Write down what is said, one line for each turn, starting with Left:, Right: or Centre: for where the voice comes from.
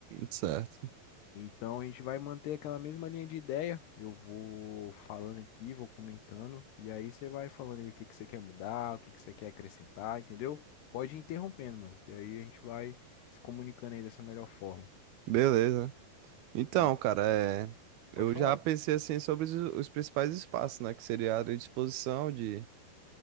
Right: Certo.
Left: Então a gente vai manter aquela mesma linha de ideia. Eu vou falando aqui, vou comentando, e aí você vai falando aí o que que você quer mudar, o que que você quer acrescentar, entendeu? Pode ir interrompendo, mano, que aí a gente vai se comunicando aí dessa melhor forma.
Right: Beleza. Então,
Left: Hum,
Right: cara, é... eu
Left: Pode falar.
Right: já pensei assim sobre os, os principais espaços, né? Que seria a área de exposição de,